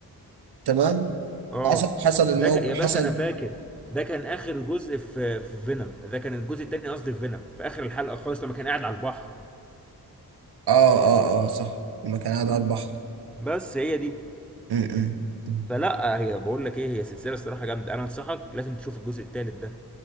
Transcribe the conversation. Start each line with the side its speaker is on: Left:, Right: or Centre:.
Right: تمام
Centre: آه.
Right: حصل حصل الموقف
Centre: ده ك... يا باشا
Right: حصل
Centre: انا فاكر ده كان اخر جزء في في فينوم ده كان الجزء التاني قصدي في فينوم في اخر الحلقه خالص لما كان قاعد على البحر
Right: اه اه اه صح لما كان قاعد على البحر
Centre: بس هي دي
Right: م- م- م.
Centre: فلا هي بقول لك ايه هي سلسله الصراحه جامده انا انصحك لازم تشوف الجزء التالت ده